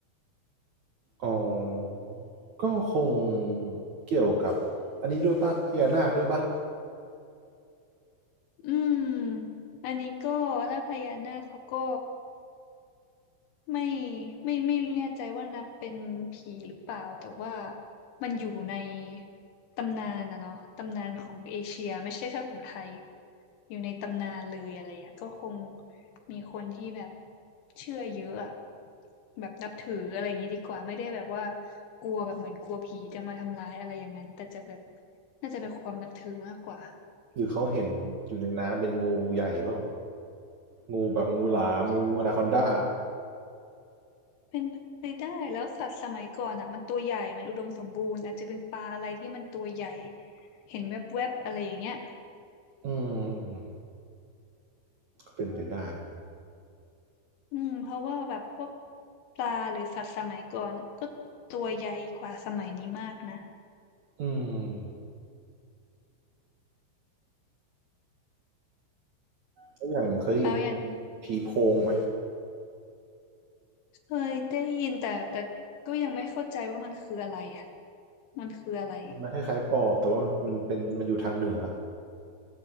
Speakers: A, on the right; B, on the left.
A: อ๋อก็คงเกี่ยวกับอันนี้ด้วยป่ะพญานาคด้วยป่ะ
B: อืมอันนี้ก็ถ้าพญานาคเขาก็ ไม่ไม่ไม่แน่ใจว่านับเป็นผีหรือเปล่าแต่ว่ามันอยู่ในตำนานนะเนาะตำนานของเอเชียไม่ใช่แค่ของไทยอยู่ในตำนานเลยอะไรเงี้ยก็คงมีคนที่แบบเชื่อเยอะอะแบบนับถืออะไรอย่างงี้ดีกว่าไม่ได้แบบว่ากลัวแบบเหมือนกลัวผีจะมาทำร้ายอะไรอย่างนั้นแต่จะแบบน่าจะเป็นความนับถือมากกว่า
A: หรือเขาเห็นอยู่ในน้ำเป็นงูใหญ่เปล่างูแบบงูหลามงูอนาคอนดา
B: เป็นไปได้แล้วสัตว์สมัยก่อนอ่ะมันตัวใหญ่มันอุดมสมบูรณ์อาจจะเป็นปลาอะไรที่มันตัวใหญ่เห็นแวบๆอะไรอย่างเงี้ย
A: อืมเป็นไปได้นะ
B: อืมเพราะว่าแบบพวกปลาหรือสัตว์สมัยก่อนอะก็ตัวใหญ่กว่าสมัยนี้มากนะ
A: อืมแล้วอย่างเคยได้ยิน
B: แล้วอย่าง
A: ผีโพงไหม
B: เคยได้ยินแต่แต่ก็ยังไม่เข้าใจว่ามันคืออะไรอ่ะมันคืออะไร
A: มันคล้ายๆปอบแต่ว่ามันมันเป็นมันอยู่ทางเหนือ